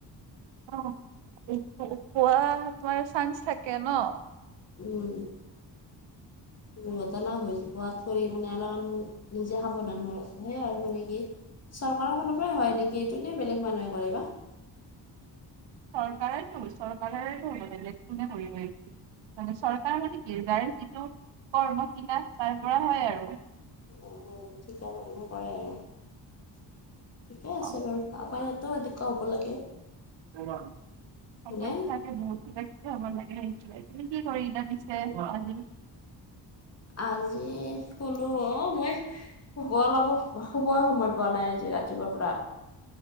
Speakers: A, on the right; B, on the left.
A: অ' পোৱা তোমাৰ চান্স থাকে ন?
B: উম দুৰ্ঘটনা হৈ হোৱাতকৈ মানে অলপমান। নিজে সাৱধান হয়, সেয়াই আৰু মানে কি। চৰকাৰৰ ফালৰ পৰাই হয় নেকি এইটো ন বেলেগ মানুহে কৰে বা?
A: চৰকাৰো চৰকাৰতো হব তেনে কৰি <unintelligible> মানে চৰকাৰ মানে কি যাৰ যিটো কৰ্মশিলাস তাৰ পৰা হয় আৰু।
B: অ', ঠিকা মানুহে কৰে আৰু ঠিকে আছে
A: অ
B: বাৰু হয়। তিৱা হব লাগে <unintelligible>
A: অ বা হ'ব
B: হয়নে
A: লাগে সেইটো তুমি কি কৰিলা পিছে আজি
B: আজি। শুলো অ' মই, শুব অলপ শুব সময় পোৱা নাই আজি ৰাতিপুৱাৰ পৰা।